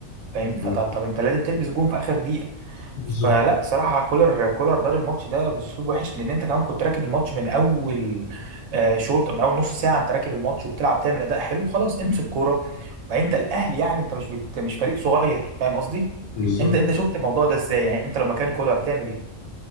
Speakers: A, on the right (about 65°); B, on the left (about 75°).
A: فاهمني
B: مم.
A: فطب طب انت لازم تلبس جون في اخر دقيقة
B: بالظبط
A: فلا صراحة كولر كولر دار الماتش ده باسلوب وحش لان انت كمان كنت راكب الماتش من اول آه، شوط من اول نص ساعة انت راكب الماتش وبتلعب تعمل اداء حلو خلاص امسك كورة وبعدين انت الاهلي يعني انت مش بت مش فريق صغير فاهم قصدي
B: بالظبط
A: انت انت شفت الموضوع ده ازاي يعني انت لو مكان كولر تعمل ايه